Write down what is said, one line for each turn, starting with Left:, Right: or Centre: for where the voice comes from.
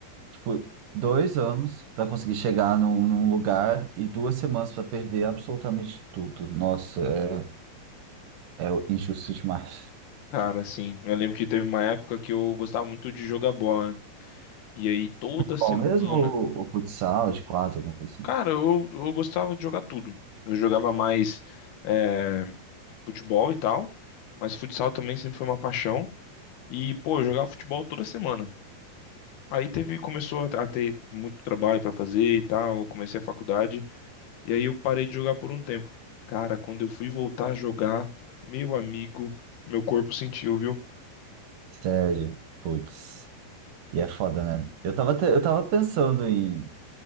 Right: tipo, dois anos para conseguir chegar num, num lugar e duas semanas para perder absolutamente tudo. Nossa, é, é injusto demais.
Left: Cara, assim, eu lembro que teve uma época que eu gostava muito de jogar bola, E aí toda semana.
Right: Bom, mesmo o, o futsal de quatro, alguma coisa assim.
Left: Cara, eu, eu gostava de jogar tudo. Eu jogava mais é, futebol e tal, mas futsal também sempre foi uma paixão. E, pô, eu jogava futebol toda semana. Aí teve, começou a a ter muito trabalho pra fazer e tal. Eu comecei a faculdade. E aí eu parei de jogar por um tempo. Cara, quando eu fui voltar a jogar, meu amigo, meu corpo sentiu, viu?
Right: Sério, putz. E é foda, né? Eu tava, até- eu tava pensando em,